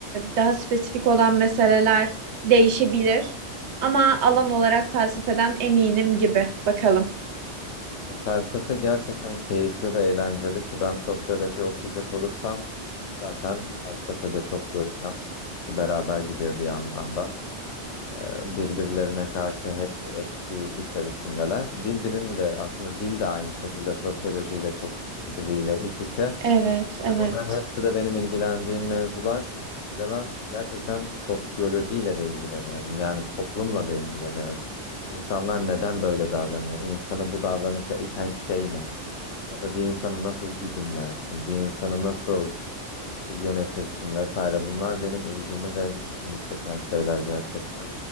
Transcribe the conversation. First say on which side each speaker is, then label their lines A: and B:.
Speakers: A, on the right (about 70°); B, on the left (about 80°).
A: daha spesifik olan meseleler değişebilir ama
B: Hı hı.
A: alan olarak felsefeden eminim gibi. Bakalım.
B: Ya felsefe gerçekten keyifli ve eğlenceli ki ben sosyoloji okuyacak olursam zaten felsefede çok göreceğim. İkisi beraber gidiyor bir yandan da. Ee, Birbirlerine karşı hep bir etki içerisindeler. Dil bilim de aslında dil de aynı şekilde sosyolojiyle çok birbiriyle iç içe.
A: Evet, evet.
B: Ve Bunların hepsi de benim ilgilendiğim mevzular. Bir de ben gerçekten sosyolojiyle de ilgileniyorum. Yani toplumla da ilgileniyorum. İnsanlar neden böyle davranıyor? İnsanı bu davranışa iten şey ne? Ya da bir insanı nasıl güdümlersin? Bir insanı nasıl işte yönetirsin vesaire. Bunlar benim ilgimi ve dikkatimi çeken şeyler gerçekten.